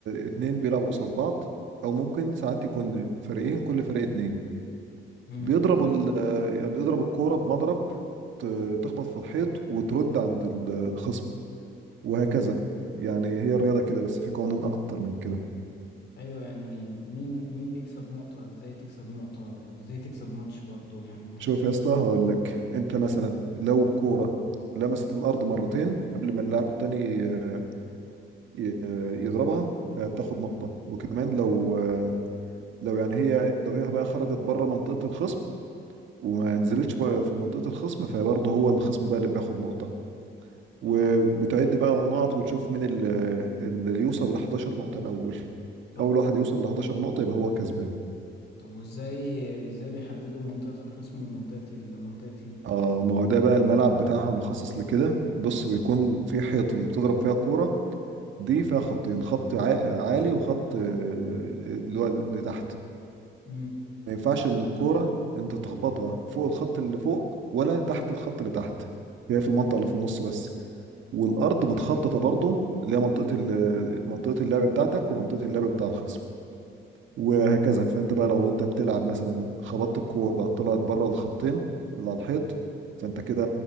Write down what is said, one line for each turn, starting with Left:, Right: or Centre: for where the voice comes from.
Right: اتنين بيلعبوا قصاد بعض او ممكن ساعات يكون فريقين كل فريق اتنين
Left: امم
Right: بيضربوا ال يعني بيضربوا الكورة بمضرب ت- تخبط في الحيط وترد عند الخصم وهكذا يعني هي الرياضة كده بس في قوانين اكتر من كده
Left: ايوه يعني مين مين بيكسب نقطة ازاي تكسب نقطة وازاي تكسب ماتش برضو والحاجات دي
Right: شوف يا اسطى هقول لك انت مثلا لو الكوره لمست الارض مرتين قبل ما اللاعب التاني ي- ي- آه، يضربها فبتاخد نقطه وكمان لو آه، لو يعني هي لو هي بقى خرجت بره منطقه الخصم وما نزلتش بقى في منطقه الخصم فبرضه هو الخصم بقى اللي بياخد نقطه
Left: اه
Right: وبتعد بقى النقط وتشوف مين ال- اللي يوصل ل 11 نقطه الاول
Left: طب
Right: اول واحد يوصل ل 11 نقطه يبقى هو الكسبان
Left: طب وازاي ازاي بيحددوا منطقة الخصم ومنطقة ال- منطقتي
Right: اه ما هو ده بقى الملعب بتاعها مخصص لكده بص بيكون في حيط اللي بتضرب فيها الكوره دي فيها خطين خط عا- عالي وخط آه، اللي هو لتحت
Left: امم
Right: ما ينفعش ان الكوره انت تخبطها فوق الخط اللي فوق ولا تحت الخط اللي تحت هي في المنطقه اللي في النص بس والارض متخططه برضو اللي هي منطقه ال- منطقه اللعب بتاعتك ومنطقه اللعب بتاع الخصم وهكذا فانت بقى لو انت بتلعب مثلا خبطت الكوره طلعت بره الخطين اللي على الحيط فانت كده